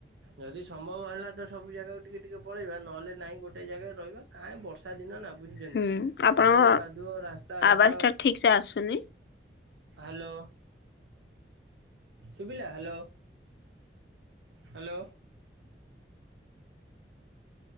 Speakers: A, on the right; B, on the left.
A: ଯଦି ସମ୍ଭବ ହେଲା ତ ସବୁ ଜାଗାକୁ ଟିକେ ଟିକେ ପଳେଇବା ନହେଲେ ନାଇଁ ଗୋଟେ ଜାଗାରେ ରହିବା କାହିଁ ବର୍ଷା ଦିନ ନା ବୁଝୁଛନା
B: ହୁଁ ଆପଣଙ୍କ
A: ପାଣି କାଦୁଅ ରାସ୍ତା ଘାଟ
B: ଆବାଜ ଟା ଠିକ ସେ ଆସୁନି
A: ହ୍ୟାଲୋ ସୁବିଲ ହ୍ୟାଲୋ। ହ୍ୟାଲୋ।